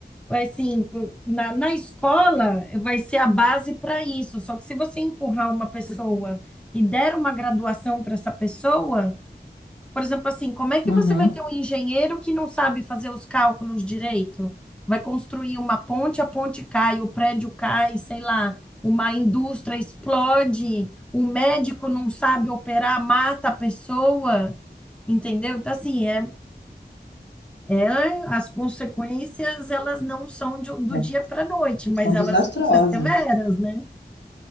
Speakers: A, in the centre; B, on the left.
A: é, assim, na, na escola vai ser a base para isso. Só que se você empurrar uma pessoa e der uma graduação para essa pessoa, por exemplo, assim, como é que
B: Uhum.
A: você vai ter um engenheiro que não sabe fazer os cálculos direito? Vai construir uma ponte, a ponte cai, o prédio cai, sei lá, uma indústria explode, o médico não sabe operar, mata a pessoa, entendeu? Então, assim, é é, as consequências, elas não são de- do
B: É. É.
A: dia para a noite, mas
B: São
A: elas
B: desastrosas.
A: vão ser severas, né?